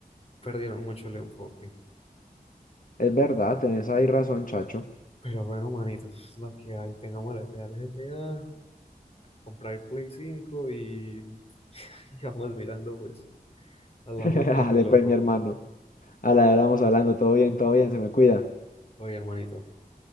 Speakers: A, on the left; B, on the left.
A: perdieron mucho el enfoque.
B: Es verdad, tenés ahí razón, chacho.
A: Pero bueno, manitos, la que hay, tengamos el FA al GTA, comprar el Play 5 y, <laughs> y vamos mirando, pues, hablamos
B: <laughs>
A: live, mi
B: ale
A: loco.
B: pues, mi hermano. A la hora vamos hablando, todo bien, todo bien, se me cuida.
A: Oye, hermanito,